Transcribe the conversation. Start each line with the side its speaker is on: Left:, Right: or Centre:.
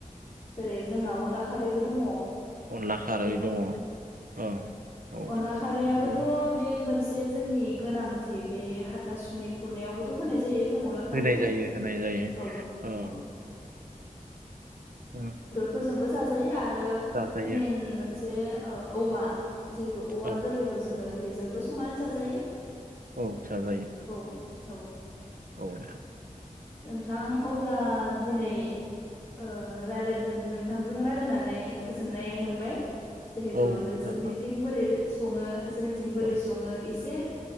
Left: जेरै जोंना अनला खारैबो दङ
Right: अनला खारै
Left: बेखौ
Right: दङ औ औ
Left: अनला खारियाबोथ'
Right: बिदिनो
Left: बे मोन से जोंनि गोनांथि बे हाथासुनि खुरनायावबोथ' होनाय जायो जों अनला खारैखौ
Right: होनाय जायो। होनाय जायो।
Left: औ औ
Right: औ
Left: फोरजोंबो जाजायो आरो
Right: जाजायो
Left: मेन मोनसे ओ औवा जिहेथु औवा
Right: औ
Left: गोरलै खौ जोङो बेजोंबो संनानै जाजायो
Right: औ जा जायो
Left: औ औ
Right: औ
Left: नोंथां अब्ला दिनै ओ रायलाय नोंथांजों रायलायनानै गोजोननाय मोनबाय जिहेथु
Right: औ
Left: नोंसोरनिथिं
Right: नोंथां औ नोंथां
Left: बोरै सङो जोंनिथिं बोरै
Right: औ
Left: सङो एसे